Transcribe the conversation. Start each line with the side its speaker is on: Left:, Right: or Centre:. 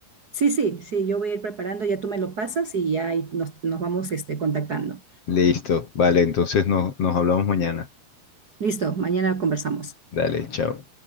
Right: Sí, sí, sí, yo voy a ir preparando, ya tú me lo pasas y ya ahí nos, nos vamos este, contactando.
Left: Listo. Vale, entonces nos, nos hablamos mañana.
Right: Listo, mañana conversamos.
Left: Dale, chao.